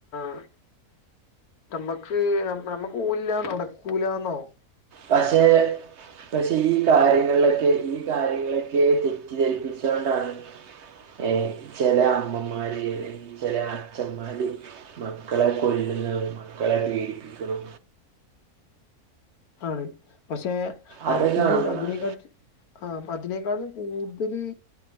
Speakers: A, on the left; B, on the right.
A: <inaudible> ഞമ്മക്ക് നമ്മുക്കോല് ല്ലാതെ നടക്കൂലാന്നാവും
B: പക്ഷെ പക്ഷെ ഈ കാര്യങ്ങളിലൊക്കെ ഈ കാര്യങ്ങളൊക്കെ തെറ്റിദ്ധരിപ്പിച്ചോണ്ടാണ് ഏ ചെല അമ്മമാര് ചെല അച്ഛന്മാര് മക്കളെ കൊല്ലുന്നവര് മക്കളെ പീഡപ്പി ക്ക്ണു
A: ആണ്. പക്ഷെ
B: അതൊക്കെ
A: അതില്
B: കാണുമ്പോഴാണ്
A: അതിനേക്കാട്ട് ആ അപ്പൊ അതിനേക്കാളും കൂടുതല്